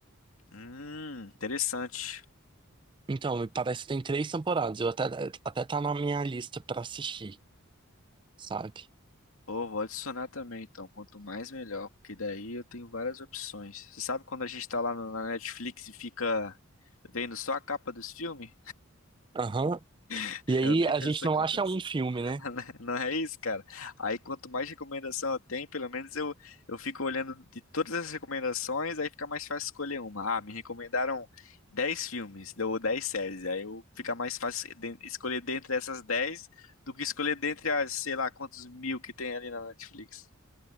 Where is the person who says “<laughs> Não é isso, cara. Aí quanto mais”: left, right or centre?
Left